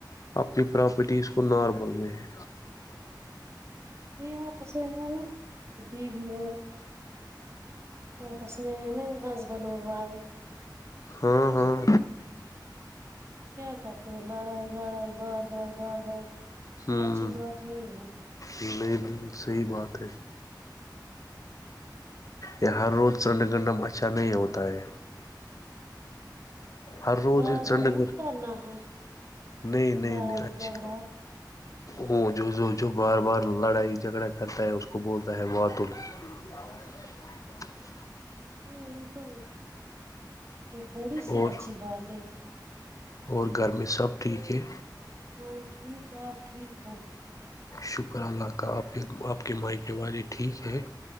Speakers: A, on the left; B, on the right.
A: اپنی پراپرٹی اس کو نارمل میں ہے
B: یہ آپس میں ہے نا بی بی اور بس میں ن ہسبینڈ اور وائف
A: ہاں
B: خوش
A: ہاں
B: کیا کرتے ہو لڑائی لڑائی بار بار بار بار
A: ہوں
B: یہ اچھی بات نہیں ہے
A: نہیں صحی بات ہے یہ ہر روز چنڈ گرڈم اچھا نہیں ہوتا ہے ہر روز
B: بار
A: یہ چنڈ
B: بار
A: گ
B: م کرنا ہے
A: نہیں نہیں
B: لڑائیائی
A: نہیں اچھی
B: جگڑا
A: وہ جو جو بار بار لڑائی جھگڑا کرتا ہے اس کو بولتا ہے وارط ال <unintelligible>
B: ہاں یہ تو یہ تھوڑی سی
A: اور
B: اچھی بات ہے
A: اور گھر میں سب ٹھیک ہے
B: ہاں ٹھیک آ آپ ٹھیک ہو
A: شکر اللہ کا آپ کے آپ کے مائیکے والے ٹھیک ہے